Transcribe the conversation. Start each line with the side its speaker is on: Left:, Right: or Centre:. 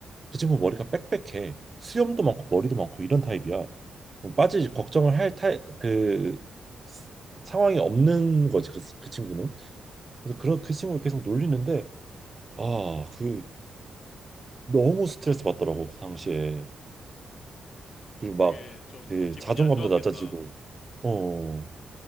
Right: 그 친구 머리가 빽빽해. 수염도 많고 머리도 많고 이런 타입이야. 그럼 빠지지 걱정을 할 타입 그 상황이 없는 거지 그, 그 친구는. 그래서 그런 그 친구가 계속 놀리는데 아, 그 너무 스트레스 받더라고 그 당시에 그리고 막
Left: 되게 좀
Right: 그
Left: 기분이
Right: 자존감도
Left: 안 좋았겠다.
Right: 낮아지고 어